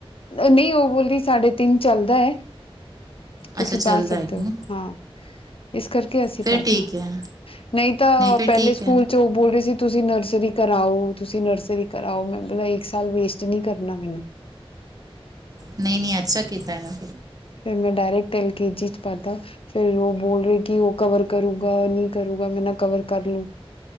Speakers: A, on the left; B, on the right.
A: ਨਹੀਂ ਉਹ ਬੋਲੀ ਸਾਢੇ ਤਿੰਨ ਚੱਲਦਾ ਹੈ। ਤੁਸੀਂ
B: ਅੱਛਾ ਚੱਲਦਾ
A: ਪਾ ਸਕਦੇ
B: ਹੈ ਕਿ
A: ਓ ਹਾਂ। ਏਸ ਕਰਕੇ ਅਸੀਂ
B: ਫਿਰ
A: ਪਾਤਾ
B: ਠੀਕ ਹੈ
A: ਨਹੀਂ ਤਾਂ
B: ਫਿਰ
A: ਪੈਲੇ
B: ਠੀਕ
A: ਸਕੂਲ ਚ ਉਹ ਬੋਲ ਰਹੇ ਸੀ। ਤੁਸੀਂ ਨਰਸਰੀ ਕਰਾਓ-ਤੁਸੀਂ ਨਰਸਰੀ ਕਰਾਓ, ਮੈਂ ਮਤਲਬ ਇੱਕ ਸਾਲ ਵੇਸਟ ਨੀ ਕਰਨਾ ਮੈਨੂੰ
B: ਨਈ-ਨਈ ਅੱਛਾ ਕੀਤਾ ਇਹਨਾਂ
A: ਫਿਰ ਮੈਂ ਡਾਇਰੈਕਟ ਐਲ ਕੇ ਜ ਚ ਪਾਤਾ ਫੇਰ ਉਹ ਬੋਲ ਰਹੇ ਕਿ ਉਹ ਕਵਰ ਕਰੂਗਾ ਨ ਕਰੂਗਾ ਮੈਂ ਨਾ ਕਵਰ ਕਰ ਲੋ